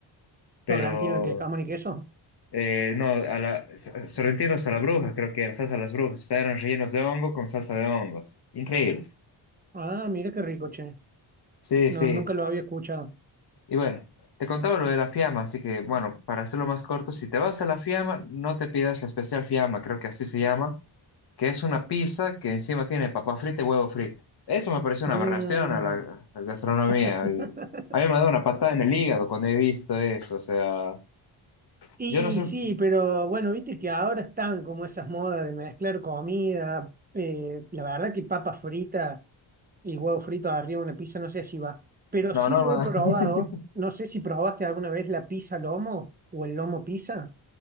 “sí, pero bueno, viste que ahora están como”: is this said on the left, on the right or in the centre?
Right